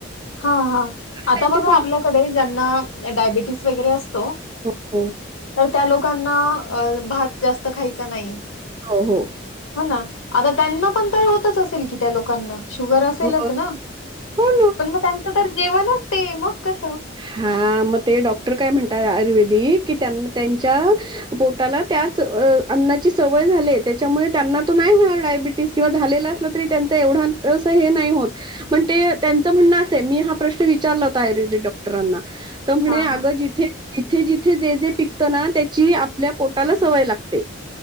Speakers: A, on the left; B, on the right.
A: हा हा
B: त्यांच्या
A: आता बघा
B: साम
A: आपल्याकडे ज्यांना डाबेटीस वगैरे अस त्या
B: हो
A: लोकां भात जास्त खायचा नाही.
B: हो हो
A: हो ना. आता त्यांना पण तर होतच असेल की त्या लोकांना शुगर असेलच
B: हो
A: ना.
B: हो
A: पण म त्यांच तर जेवणच- ते मग कसं?
B: हा मग ते डॉक्टर काय म्हणतात- आयुर्वेदिक की, त्यांन् त्यांच्या पोटाला त्याच अन्नाची सवय झाली. त्याच्यामुळे त्यांना तो नाही होणार डायबिटीस किंवा झालेला असला तरी त्यांच एवढा हे नाही होत पण ते त्यांचं म्हणणं असंय मी हा प्रश्न विचारला होता आयुर्वेदिक डाॅक्- क्टरांना. तर म्हणे,
A: हां,
B: अगं
A: हां.
B: जिथे जिथे जिथे जे-जे पिकतं ना त्याची आपल्या पोटाला सवय लागते.